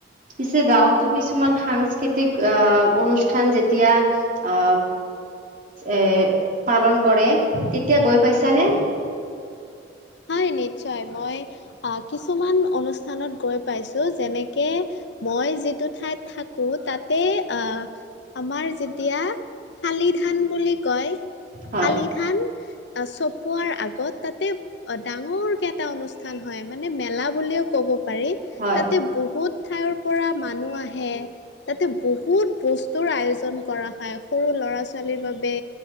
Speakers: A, on the right (about 50°); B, on the left (about 65°).
A: পিছে গাঁৱতো কিছুমান সাংস্কৃতিক আহ অনুষ্ঠান যেতিয়া, আহ। এৰ পালন কৰে, তেতিয়া গৈ পাইছানে।
B: হয় নিশ্চয় মই আহ কিছুমান অনুষ্ঠানত গৈ পাইছো যেনেকে। মই যিটো ঠাইত থাকো তাতে, আহ আমাৰ যেতিয়া। শালি ধান বুলি কয়।
A: হয়
B: শালি ধান, চপোৱাৰ আগত তাতে। অ ডাঙৰ কেটা অনুষ্ঠান হয় মানে মেলা বুলিও ক'ব।
A: হয়
B: তাতে বহুত ঠাইৰ পৰা। মানুহ আহে তাতে বহুত বস্তুৰ আয়োজন কৰা হয় সৰু ল'ৰা ছোৱালীৰ বাবে।